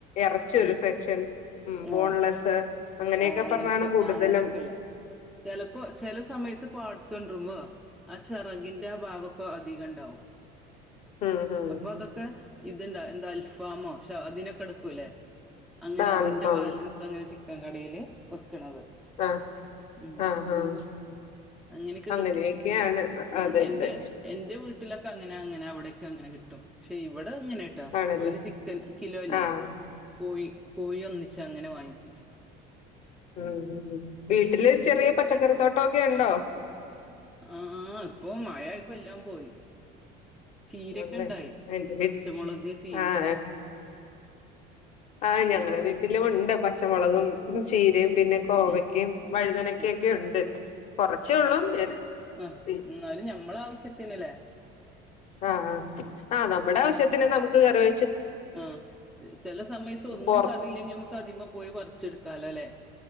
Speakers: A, on the left; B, in the centre.
A: എറച്ചിയൊരു
B: ഉം
A: സെക്ഷൻ ഉം ബോൺലെസ്സ്
B: ആഹ്
A: അങ്ങനെയൊക്കെ
B: ആഹ് അങ്ങനൊക്കെ
A: പറഞ്ഞാണ് കൂടുതലും
B: ആഹ് അങ്ങനെക്കെള്ളേ ചെലപ്പോ ചെല സമയത്ത് പാട്സ് കൊണ്ടരുമ്പോ ആ ചെറകിന്റെ ആ ഭാഗൊക്കെ അധികണ്ടാവും
A: ഉം ഉം
B: അപ്പൊ അതൊക്കെ ഇത്ണ്ടാ എന്താ അൽഫാമോ അതിനൊക്കെ എടുക്കുംലേ അങ്ങനെ
A: ആഹ്
B: അതിന്റെ
A: അൽഫാമ്
B: ബാലൻസ് അങ്ങനെ ചിക്ക ൻ കടയില് വെക്കുന്നത്
A: ആഹ്
B: ഉം
A: ആഹ് ആഹ്
B: അങ്ങനെയൊക്കെ
A: അങ്ങനെയൊക്കെയാണ്
B: കിട്ടും
A: അതെ
B: എന്റെ
A: അതെ
B: എന്റെ വീട്ടിലൊക്കങ്ങനെ അങ്ങനെ അവിടൊക്കങ്ങനെ കിട്ടും പക്ഷെ ഇവിടെ അതങ്ങനെ കിട്ടോ
A: ആണല്ലേ
B: ഒരു ചിക്കൻ കിലോ അല്ലേ
A: ആഹ്
B: കോഴി കോഴി ഒന്നിച്ചങ്ങനെ വാങ്ങിക്ക
A: ഉം ഹ വീട്ടില് ചെറിയ പച്ചക്കറിത്തോട്ടൊക്കെ ഉണ്ടോ
B: ആഹ ഇപ്പൊ മഴ ഇപ്പ എല്ലാം പോയി ചീരൊക്കെ
A: ആണല്ലേ
B: ഉണ്ടായി
A: എന്റെ
B: പച്ചമുളക്
A: വീട്ടിൽ
B: ചീര
A: ആഹ് ആഹ് ഞങ്ങള് വീട്ടിലും ഉണ്ട് പക്ഷെ പച്ചമുളകും
B: ഉം
A: ചീരയും പിന്നെ കോവക്കയും
B: ഉം
A: വഴുതനക്കൊക്കെ
B: ആ
A: ഉണ്ട് കുറച്ച ഉള്ളൂ ആഹ്
B: ആ എന്നാലും ഞമ്മളെ ആവശ്യത്തിനല്ലേ
A: ആഹ് ആ് ആഹ് നമ്മുടെ ആവശ്യത്തിന് നമുക്ക് കറിവ
B: ആഹ ചെല സമയത്ത് ഒന്നും
A: പൊറ
B: കറിയില്ലെങ്കി നമ്മുക്ക് അതിമ പോയി പറി ച്ചെടുക്കാലോല്ലേ